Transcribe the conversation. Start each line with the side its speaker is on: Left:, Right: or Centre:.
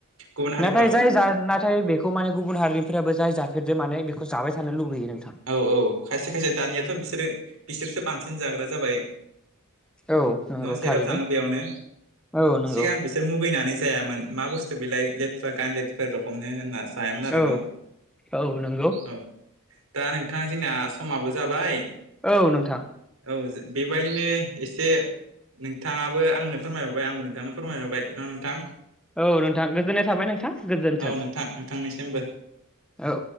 Right: गुबुन हारिफोराव
Centre: नाथाय जाय जा नाथाय बेख खौ माने गुबुन हारिनिफ्राबो जाय जाफेरदो माने बेखौ जाबाय थानो लुगैयो नों
Right: औ औ खायसे खायसे दानियाथ' बिसोरो बिसोरसो बांसिन जाग्रा जाबाय।
Centre: औ नंगौ
Right: न जेराव
Centre: थारैनो
Right: थाङो बेयावनो
Centre: औ नंगौ
Right: सिगां बेसो सोर मुगैनानै जायामोन मा बुस्थु बिलाइ लेथ्रा गानलेफोर रखमनो होनना। जायामोन आरो
Centre: औ
Right: न
Centre: औ नंगौ
Right: औ। दा नोंथां जोंना समाबो जाबाय।
Centre: औ नोंथां।
Right: औ बेबायदिनो एसे नोंथाङाबो आंनो फोरमायहरबाय आंबो नोंथांनो फोरमायहरबाय न नोंथां?
Centre: औ नोंथां गोजोननाय थाबाय नोंथां गोजोन्थों
Right: औ नोंथां नोंथांनिसिमबो
Centre: औ।